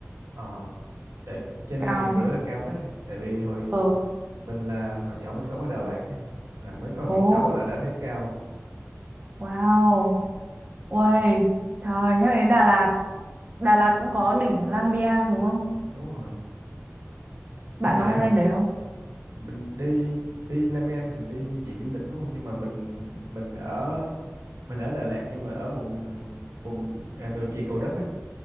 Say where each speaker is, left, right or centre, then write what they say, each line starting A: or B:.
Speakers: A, on the right; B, on the right.
A: ờ tại trên
B: Cao.
A: hai ngàn rưỡi là cao phết đây tại vì hồi
B: Ờ,
A: mình là hồi nhỏ mình sống ở Đà Lạt ấy, là mới có
B: ồ,
A: ngàn sáu là đã thấy cao
B: wow. Uầy, trời, nhắc đến Đà Lạt. Đà Lạt cũng có đỉnh Lang Biang đúng không?
A: đúng rồi
B: Bạn
A: nhưng mà
B: có hay lên đấy không?
A: <laughs> mình đi đi Lang Biang thường đi dạng du lịch đúng không nhưng mà mình mình ở mình ở Đà Lạt nhưng mà ở vùng vùng à, đồi chè Cầu Đất á